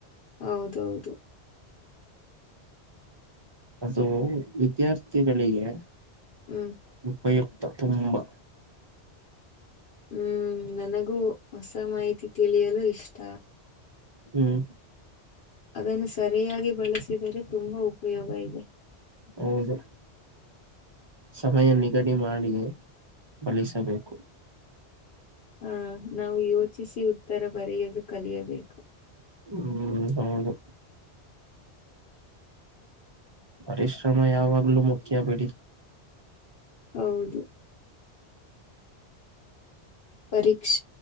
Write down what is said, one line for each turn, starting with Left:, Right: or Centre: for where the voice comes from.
Left: ಹೌದೌದು
Right: ಅದು ವಿದ್ಯಾರ್ಥಿಗಳಿಗೆ
Left: ಹ್ಮ್
Right: ಉಪಯುಕ್ತ ತುಂಬಾ
Left: ಹ್ಮ್ ನನಗೂ ಹೊಸ ಮಾಹಿತಿ ತಿಳಿಯಲು ಇಷ್ಟ
Right: ಹ್ಮ್
Left: ಅದನ್ನು ಸರಿಯಾಗಿ ಬಳಸಿದರೆ ತುಂಬಾ ಉಪಯೋಗ ಇದೆ
Right: ಹೌದು ಸಮಯ ನಿಗಡಿ ಮಾಡಿ ಬಳಸಬೇಕು
Left: ಹ ನಾವು ಯೋಚಿಸಿ ಉತ್ತರ ಬರೆಯದು ಕಲಿಯಬೇಕು
Right: ಹ್ಮ್ ಹೌದು ಪರಿಶ್ರಮ ಯಾವಾಗ್ಲೂ ಮುಖ್ಯ ಬಿಡಿ
Left: ಹೌದು ಪರಕ್ಷ